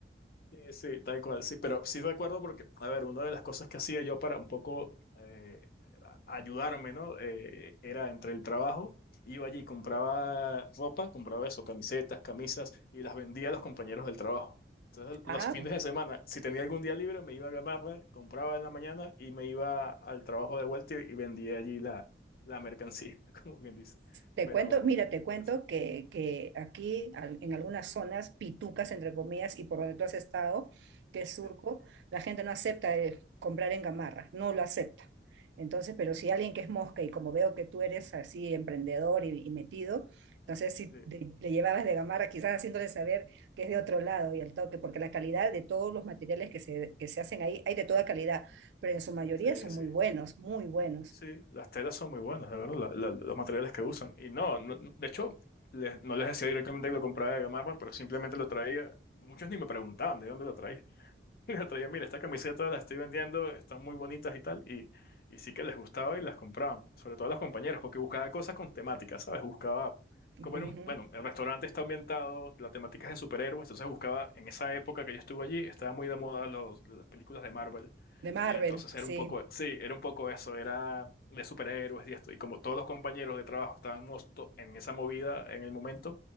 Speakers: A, on the left; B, on the right.
A: Sí, sí, tal cual, sí, pero sí recuerdo porque, a ver, una de las cosas que hacía yo para un poco eh, a- ayudarme, ¿no? Eh, era entre el trabajo, iba allí, compraba ropa, compraba eso, camisetas, camisas, y las vendía a los compañeros del trabajo. Entonces,
B: Ah,
A: los fines de semana, si tenía algún día libre, me iba a ganarla, compraba en la mañana y me iba al trabajo de vuelta y, y vendía allí la, la mercancía, <laughs> como bien dice.
B: Te
A: Pero,
B: cuento, mira, te cuento
A: pero sí,
B: que, que aquí al- en algunas zonas, pitucas entre comillas, y por donde tú has estado, que es Surco,
A: sí,
B: la gente no acepta eh, comprar en Gamarra, no lo acepta. Entonces, pero si alguien que es mosca y como veo que tú eres así emprendedor y, y metido, entonces si
A: sí,
B: te- le llevabas de Gamarra, quizás haciéndole saber que es de otro lado y al toque, porque la calidad de todos los materiales que se, que se hacen ahí, hay de toda calidad, pero en su mayoría
A: sí.
B: son
A: sí.
B: muy buenos, muy buenos.
A: Sí, las telas son muy buenas, de verdad, la- la- los materiales que usan. Y no, no- de hecho, les- no les decía directamente que lo compraba de Gamarra, pero simplemente lo traía. Muchos ni me preguntaban de dónde lo traía. <laughs> Y el otro día, mira, esta camiseta la estoy vendiendo, están muy bonitas y tal, y, y sí que les gustaba y las compraban, sobre todo a los compañeros, porque buscaba cosas con temática ¿sabes? Buscaba, como
B: Ujú.
A: en un, bueno, el restaurante está ambientado, la temática es de superhéroes, entonces buscaba, en esa época que yo estuve allí, estaba muy de moda los, las películas de Marvel,
B: De Marvel,
A: y entonces
B: sí.
A: era un poco, sí, era un poco eso, era de superhéroes y esto, y como todos los compañeros de trabajo estábamos to- en esa movida en el momento,